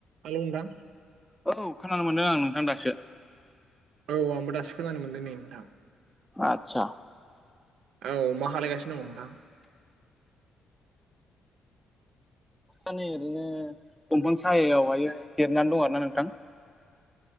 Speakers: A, on the right; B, in the centre.
A: Hello नोंथां
B: औ खोनानो मोनदों आं नोंथां दासो
A: औ आंबो दासो खोनानो मोनदों नै नोंथां
B: आतसा
A: औ मा खालायगासिनो दङ नोंथां
B: आं नै ओरैनो दंफां सायहायावहायो जिरायनानै दं आरोना नोंथां